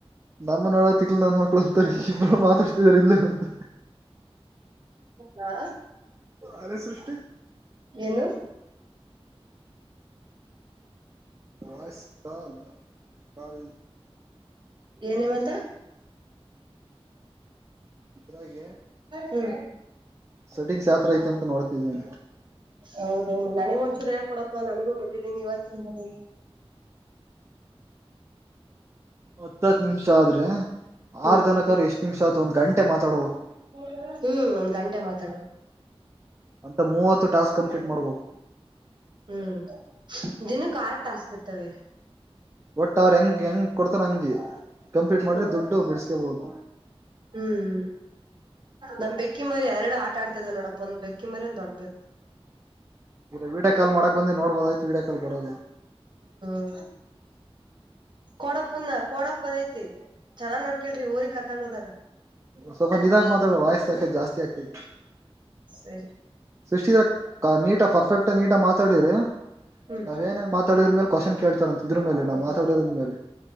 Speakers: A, on the right (about 30°); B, on the right (about 50°).
A: ನಮ್ಮನಳ ತಿಕ್ಳ ನಂದ ಮಕ್ಳು ಅಂತಾರೆ ಈಗ್ ಬಳ ಮಾತಾಡ್ತಿದಾರ ಇಲ್ಲ ಅಂತ
B: ಹಾ
A: ಅರೆ ಸೃಷ್ಟಿ
B: ಏನು
A: ವಾಯ್ಸ್ ಕಾಲ್ ಕಾಲ್
B: ಏನೇವಂತ
A: ಇದ್ರಾಗೆ
B: ಹ್ಮ್
A: ಸೆಟಿಂಗ್ಸ್ ಯಾವತರ ಐತಿ ಅಂತ ನೋಡ್ತಿದೇಿ
B: ಹೌದೇನು ನನಗ ಒಂಚೂರು ಹೇಳ್ಕೊಡಪ್ಪಾ ನನಗೂ ಗೊತ್ತಿದ್ದೀನಿ ಇವತ್ತಿನ ನಿಮ್ಮ ಮನೆಯಲ್ಲಿ
A: ಹತ್ತತ್ ನಿಮಿಷ ಆದ್ರೆ
B: ಹ್ಮ್
A: ಆರ್ ಜನಕರು ಎಷ್ಟ್ ನಿಮಿಷ ಆತು ಒಂದ್ ಗಂಟೆ ಮಾತಾಡ್ಬೇಕು
B: ಹ್ಮ್ ಒಂದ್ ಗಂಟೆ ಮಾತಾಡ್ಬೇಕು
A: ಅಂತ ಮೂವತ್ತು ಟಾಸ್ಕ್ ಕಂಪ್ಲೀಟ್ ಮಾಡ್ಬೇಕು
B: ಹ್ಮ್ ದಿನಕ್ಕೆಾರ್ ಟಾಸ್ಕ್ ಇರ್ತವೆ
A: ಒಟ್ಟ ಅವ್ರರು ಹೆಂಗ ಹೆಂಗ್ ಕೊಡ್ತಾನ ಹಂಗೆ ಕಂಪ್ಲೀಟ್ ಮಾಡಿದ್ರೆ
B: ಹ್ಮ್
A: ದುಡ್ಡು ಬಿಡಿಸಕಬಹುದು
B: ಹ್ಮ್ ನಮ್ ಬೆಕ್ಕಿ ಮರಿ ಎರಡು ಆಟ ಆಡ್ತದ ನೋಡಪ್ಪ ಒಂದ್ ಬೆಕ್ಕಿ ಮರಿ ಒಂದ ದೊಡ್ಡ ಬೆಕ್
A: ವೀಡ್ಯಾಕಾಲ್ ಮಾಡಕ್ ಬಂದಿ ನೋಡ್ಬೋದ ಆಯ್ತು ವೀಡ್ಯಾಕಾಲ್ ಬರೋದು
B: ಹ್ಮ ಕಡಪ್ಪನ ಕೋಡಪ್ಪನ ಐತಿ ಚನ್ನ್ ನೋಡ್ಕಲ್ಿ ಊರಿಗೆ ಕರ್ಕೊಂಡ್ ಹೋದಾಗ
A: ಸ್ವಲ್ಪ ನಿಧಾಕ್ ಮಾತ್ರ ವಯಸ್ಸ ಆಾಕತಿ ಜಾಸ್ತಿ ಆಾಕತಿ
B: ಸರಿ
A: ಸೃಷ್ಟಿದರ ನೀಟ ಪರ್ಫೆಕ್ಟ್ ನೀಟ ಮಾತಾಡ್ರ
B: ಹ್ಮ್
A: ನಾವ್ೇಏನೇ ಮಾತಾಡಿದ್ರ ಮೇಲೆ ಕ್ವಶನ್ ಕೇಳ್ತಾರಂತ ಇದ್ರ ಮೇಲೆ ನಾವ್ ಮಾತಾಡಿರದ ಮೇಲೆ